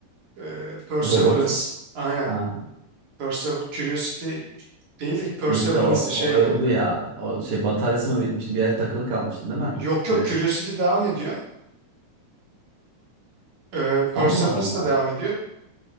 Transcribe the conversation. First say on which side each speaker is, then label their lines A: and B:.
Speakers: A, on the right; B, on the right.
A: e, Perseverance.
B: Robot.
A: Aynen.
B: Ha.
A: Persever Curiosity değil de Perseverance'ı
B: Gitti o.
A: şeye
B: O öldü
A: gönderdiler.
B: ya. O şey bataryası mı bitmişti? Bir yer takılı kalmıştı değil mi?
A: Yok
B: Curious.
A: yok Curiosity devam ediyor. E, Perseverance
B: Allah Allah.
A: da devam ediyor.